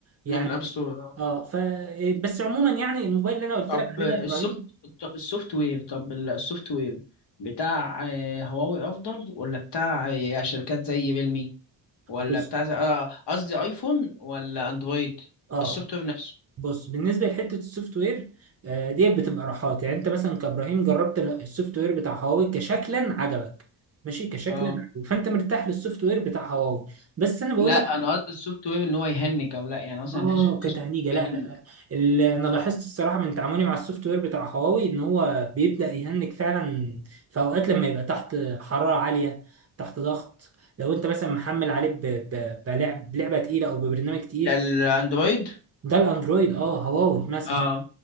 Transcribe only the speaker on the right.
يعني
اه ف إيه، بس عموما يعني الموبايل اللي انا قلت
لك عليه
ده يا ابراهيم
بص
اه
بص بالنسبه لحته السوفت وير آه، ديت بتبقى راحات يعني انت مثلا كابراهيم جربت ال- السوفت وير بتاع هواوي كشكلا عجبك ماشي كشكلا
عجبك. فانت مرتاح للسوفت وير بتاع هواوي بس انا بقول
لك
اه
كتهنيجه
لا
لا لا اللي انا لاحظت الصراحه من تعاملي مع السوفت وير بتاع هواوي ان هو بيبدا يهنج فعلا في اوقات لما يبقى تحت حراره عاليه تحت ضغط لو انت مثلا محمل عليه ب- ب- بلعب- بلعبه تقيله او ببرنامج تقيل
ده الاندرويد اه هواوي مثلا